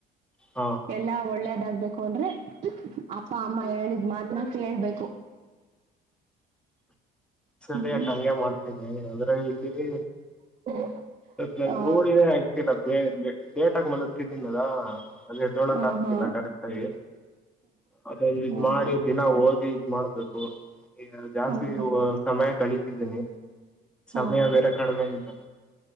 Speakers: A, in the centre; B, on the right (about 40°).
A: ಹಾ.
B: ಎಲ್ಲಾ ಒಳ್ಳೇದಾಗ್ಬೇಕು ಅಂದ್ರೆ ಅಪ್ಪ ಅಮ್ಮ ಹೇಳಿದ್ ಮಾತ್ನಾ ಕೇಳ್ಬೇಕು.
A: ಸರಿಯಾಕ
B: ಹ್ಮ್
A: ಹಂಗೆ ಮಾಡ್ತೇನಿ ಆದ್ರೆ ಇಲ್ಲಿ.
B: <inaudible>
A: ನಂಗ್
B: ಆ
A: ರೂಳಿನೇ ಆಗಿಲ್ಲ ಬ ಲೆಟಾಗ ಮೇಲೆತ್ತಿದ್ದೀನಿ ಅದ ಅದೇ ಏದೊಳತ್
B: ಹ ಹಾ
A: ಆಗ್ತಿಲ್ಲ
B: ಹಾ
A: ಕರೆಕ್ಟ್. ಸರಿ ಅದ ಇದ
B: ಹ್ಮ್
A: ಮಾಡಿ ದಿನ ಓದಿ. ಮಾಡಬೇಕು ಈಗ ಜಾಸ್ತಿ
B: ಹ್ಮ ಹ್ಮ್
A: ಸಮಯ ಕಳಿತಿದ್ದೀನಿ ಸಮಯ
B: ಹ್ಮ್
A: ಬೇರೆ. ಕಡಿಮೆ ಇದೆ.